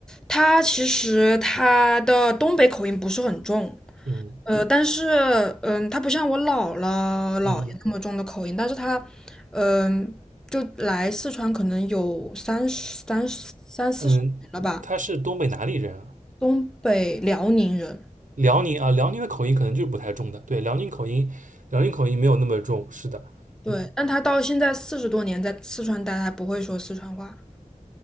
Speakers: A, in the centre; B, on the right.
A: 他其实他的东北口音不是很重，
B: 嗯
A: 呃，但是，嗯，他不像我姥姥姥爷那么重的口音，
B: 嗯
A: 但是他，嗯，就来四川可能有三十、三十、三四十年了吧，
B: 嗯，她是东北哪里人啊？
A: 东北辽宁人，
B: 辽宁啊，辽宁的口音可能就是不太重的。对，辽宁口音，辽宁口音没有那么重。是的，
A: 对，
B: 嗯，
A: 但他到现在四十多年在四川待，他不会说四川话，